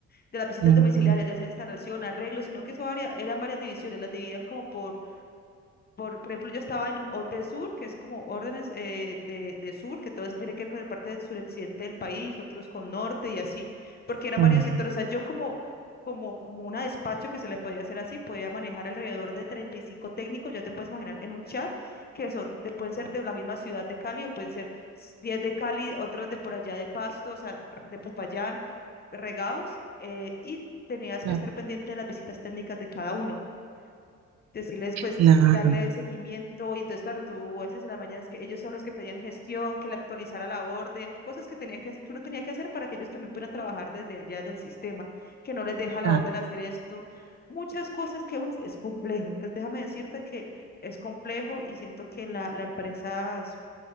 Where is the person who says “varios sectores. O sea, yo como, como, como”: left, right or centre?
Left